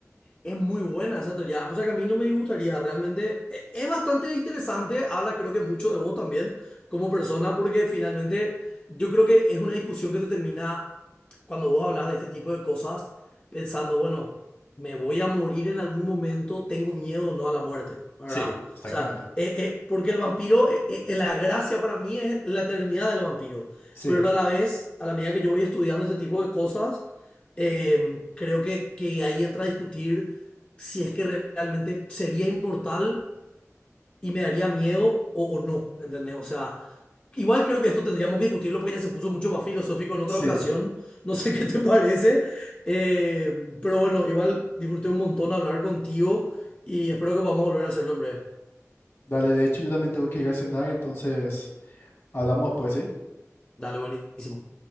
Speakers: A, on the left (about 20°); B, on the left (about 50°).
A: Es muy buena esa teoría. O sea que a mí no me gustaría realmente. e- Es bastante interesante. Habla, creo que mucho de vos también como persona, porque finalmente yo creo que es una discusión que te termina cuando vos hablas de este tipo de cosas, pensando, bueno, me voy a morir en algún momento, tengo miedo o no a la muerte, ¿verdad?
B: Sí,
A: O
B: exactamente.
A: sea, eh, eh, porque el vampiro, eh, eh, la gracia para mí es la eternidad del vampiro.
B: Sí,
A: Pero a la vez, a la medida que yo voy estudiando este tipo de cosas, em, creo que, que ahí entra a discutir si es que realmente sería inmortal y me daría miedo o, o no, ¿entendés? O sea, igual creo que esto tendríamos que discutirlo porque ya se puso mucho más filosófico en otra
B: sí.
A: ocasión, no sé <laughs> qué te parece, eh, pero bueno, igual disfruté un montón hablar contigo y espero que podamos volver a hacerlo, hombre.
B: Dale, de hecho yo también tengo que ir a cenar, entonces hablamos después, ¿sí?
A: Dale, buenísimo.